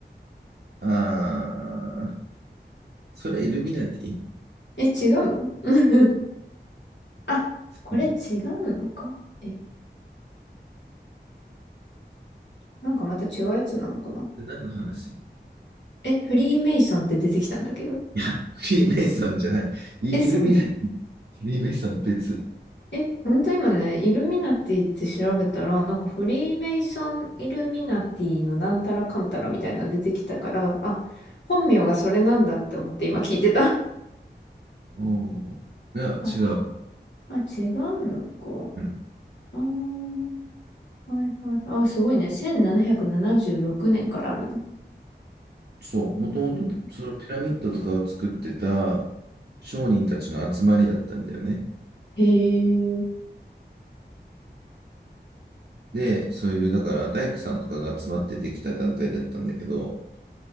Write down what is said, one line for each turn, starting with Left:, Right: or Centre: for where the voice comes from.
Right: あー、それイルミナティ
Left: え、違うの <laughs> あ、これ違うのか。
Right: うん
Left: え、なんかまた違うやつなのかな。
Right: 何の話
Left: え、フリーメイソンって出てきたんだけど。
Right: いや、フリーメイソンじゃない。イイルミナティ、
Left: え、そうなの
Right: フリーメイソンは別。
Left: え、ほんと今ね、イルミナティって調べたら、なんかフリーメイソン、イルミナティのなんたらかんたらみたいなの出てきたから、あ、本名がそれなんだって思って今聞いてた。<laughs>
Right: うんいや、
Left: あ、
Right: 違う。
Left: あ、違うのか。
Right: うん、
Left: あーはいはい。あ、すごいね。1776年からあるの。
Right: そう、もともとそのピラミッドとかを作ってた
Left: うん
Right: 商人たちの集まりだったんだよね。
Left: へえ、
Right: で、そういう、だから大工さんとかが集まってできた団体だったんだけど、